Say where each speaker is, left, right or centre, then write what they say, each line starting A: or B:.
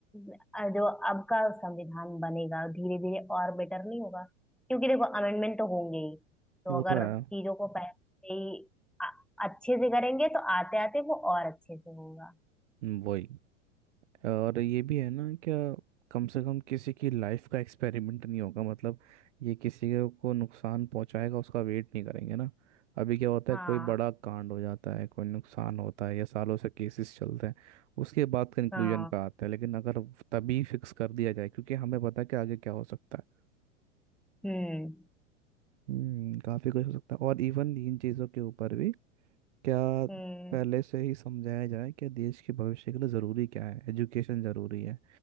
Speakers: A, in the centre; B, on the right.
A: अ, जो अब का संविधान बनेगा धीरे धीरे और बेटर नहीं होगा क्योंकि देखो अमेंडमेंट तो होंगे ही तो
B: वो
A: अगर
B: तो है
A: चीजों को पहले से ही अच्छे से करेंगे तो आते आते वो और अच्छे से होगा
B: हम्म, वही और ये भी है ना क्या कम से कम किसी की लाइफ का एक्सपेरिमेंट नहीं होगा मतलब ये किसी के को नुकसान पहुंचाएगा उसका वेट नहीं करेंगे ना अभी क्या होता
A: हाँ
B: है कोई बड़ा कांड हो जाता है कोई नुकसान होता है या सालों से केसेस चलते हैं उसके बाद कंक्लूजन
A: हाँ
B: पे आते हैं लेकिन अगर तभी फिक्स कर दिया जाए क्योंकि हमें पता है कि आगे क्या हो सकता है
A: हम्म
B: हम्म काफ़ी कुछ हो सकता है और इवन इन चीज़ों के ऊपर भी क्या
A: हम्म
B: पहले से ही समझाया जाए कि देश के भविष्य के लिए ज़रूरी क्या है एजुकेशन ज़रूरी है